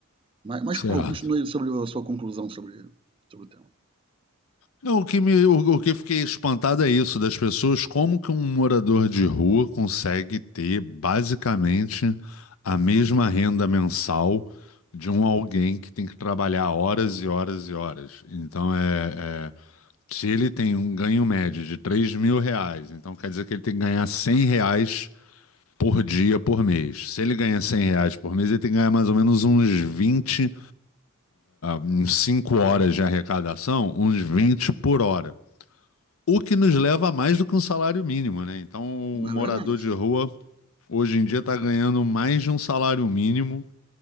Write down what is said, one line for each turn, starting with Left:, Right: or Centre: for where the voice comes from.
Right: Mas, mas,
Left: Certo.
Right: por favor, continue sobre a sua conclusão sobre, sobre o tema.
Left: Não, o que me, o, o que eu fiquei espantado é isso, das pessoas, como que um morador de rua consegue ter basicamente a mesma renda mensal de um alguém que tem que trabalhar horas e horas e horas. Então é, é, se ele tem um ganho médio de três mil reais, então quer dizer que ele tem que ganhar 100 reais por dia, por mês. Se ele ganha 100 reais por mês, ele tem que ganhar mais ou menos uns 20, uns 5 horas de arrecadação, uns 20 por hora. O que nos leva a mais do que um salário mínimo, né? Então, o
Right: É
Left: morador
Right: verdade,
Left: de rua hoje em dia está ganhando mais de um salário mínimo